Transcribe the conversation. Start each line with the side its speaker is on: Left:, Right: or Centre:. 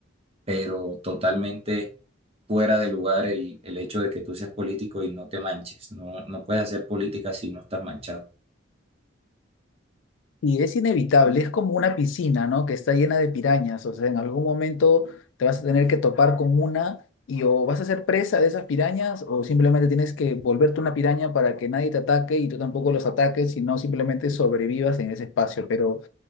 Right: pero totalmente fuera de lugar el, el hecho de que tú seas político y no te manches. No, no puedes hacer política si no estás manchado.
Left: Y es inevitable, es como una piscina, ¿no? Que está llena de pirañas, o sea, en algún momento te vas a tener que topar con una y o vas a ser presa de esas pirañas o simplemente tienes que volverte una piraña para que nadie te ataque y tú tampoco los ataques, sino simplemente sobrevivas en ese espacio. Pero